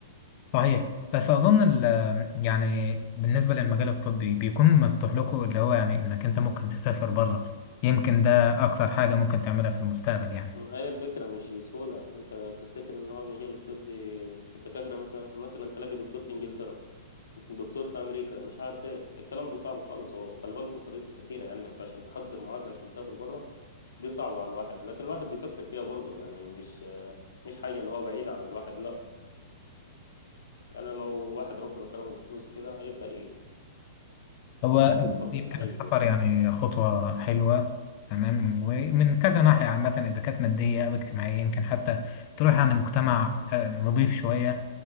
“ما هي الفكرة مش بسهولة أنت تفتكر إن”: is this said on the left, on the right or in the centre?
Left